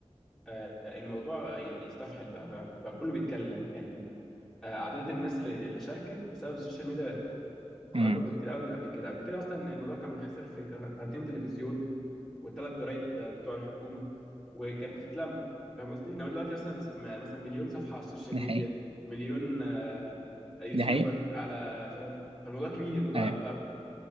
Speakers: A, in the centre; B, on the right (about 55°).
A: آه، الموضوع ي- يستفحل بقى بقى, بقى كله بيتكلم يعني آه، أعداد الناس اللي اللي شاركت بسبب السوشيال ميديا بقت
B: امم
A: أكبر بكتير قوي من قبل كده قبل كده أصلا الموضوع كان منحصر في قن- قناتين تلفزيون والثلاث جرايد آه، بتوع الحكومة وكانت بتتلم فاهم قصدي؟ إنما دلوقتي مثلا س- م- مثلا مليون صفحة على السوشيال
B: دي
A: ميديا
B: حقيقة
A: مليون آه، يوتيوبر
B: دي حقيقة
A: على فاهم فالموضوع كبير الموضوع
B: آه.
A: بقى